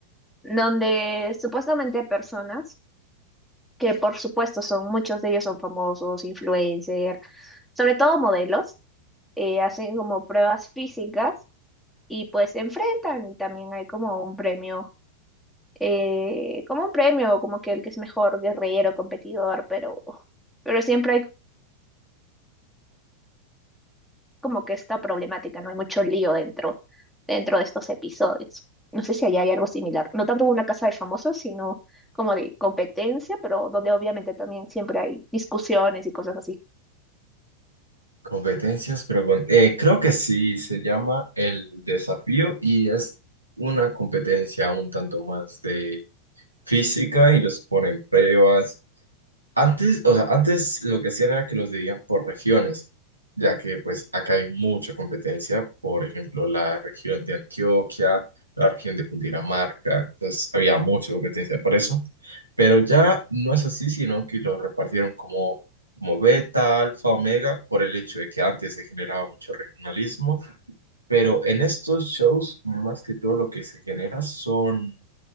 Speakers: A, in the centre; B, on the right.
A: donde supuestamente personas, que por supuesto son, muchos de ellos son famosos, influencers, sobre todo modelos, eh, hacen como pruebas físicas y pues se enfrentan y también hay como un premio eh, como un premio, como que el que es mejor guerrillero, competidor, pero, pero siempre hay como que esta problemática, ¿no? Hay mucho lío dentro, dentro de estos episodios. No sé si allá hay algo similar. No tanto una casa de famosos, sino como de competencia, pero donde obviamente también siempre hay discusiones y cosas así.
B: competencias, pero bueno, eh, creo que sí, se llama El Desafío y es una competencia un tanto más de física y los ponen pruebas Antes, o sea, antes lo que hacían era que los dividían por regiones, ya que pues acá hay mucha competencia, por ejemplo, la región de Antioquia, la región de Cundinamarca, entonces había mucha competencia para eso, pero ya no es así, sino que lo repartieron como, como beta, alfa, omega, por el hecho de que antes se generaba mucho regionalismo, pero en estos shows más que todo lo que se genera son